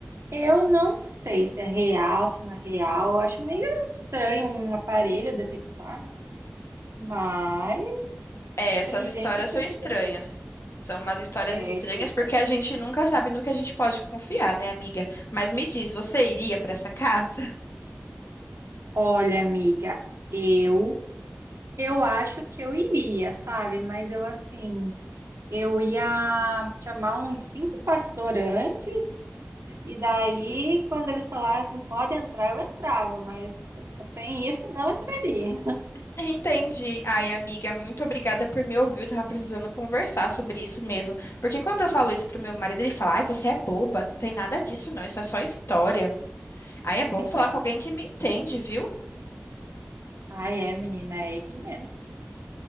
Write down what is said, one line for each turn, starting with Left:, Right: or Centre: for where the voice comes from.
Right: Eu não sei se é real, se não é real. Eu acho meio estranho um aparelho detectar, né? Mas
Left: É, essas
Right: tem
Left: histórias
Right: gente que
Left: são
Right: acredita.
Left: estranhas. São umas histórias
Right: É
Left: estranhas
Right: estranho.
Left: porque a gente nunca sabe no que a gente pode confiar, né, amiga? Mas me diz, você iria pra essa casa?
Right: Olha, amiga, eu eu acho que eu iria, sabe? Mas eu assim, eu ia chamar uns cinco pastores antes, e daí quando eles falassem pode entrar, eu entrava, mas sem isso não entraria.
Left: <laughs> Entendi. Ai, amiga, muito obrigada por me ouvir. Eu tava precisando conversar sobre isso mesmo. Porque quando eu falo isso pro meu marido, ele fala: Ai, você é boba, não tem nada disso, não. Isso é só história. Aí é bom
Right: <laughs>
Left: falar com alguém que me entende, viu?
Right: Ai, é, menina, é isso mesmo.